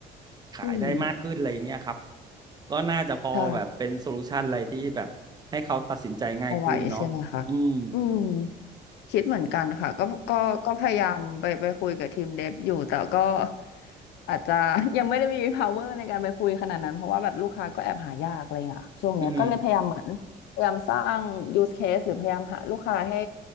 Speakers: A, on the right; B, on the left.
A: ขายได้มากขึ้นอะไรอย่างเงี้ยครับ
B: อืม
A: ก็น่าจะพอแบบเป็นโซลูชันอะไรที่แบบให้เขาตัดสินใจง่ายขึ้นเนาะอืม
B: ใช่เอาไหวใช่ไหมคะอืม คิดเหมือนกันค่ะก็ก็ก็พยายามไปไปคุยกับทีมเดฟอยู่แต่ก็อาจจะ <laughs> ยังไม่ได้มี power ในการไปคุยขนาดนั้นเพราะว่าแบบลูกค้าก็แอบหายากอะไรอย่างเงี้ยช่วงเนี้ยก็เลยพยายามเหมือนพยายามสร้าง
A: อื
B: use case หรือพยายามหาลูกค้าให้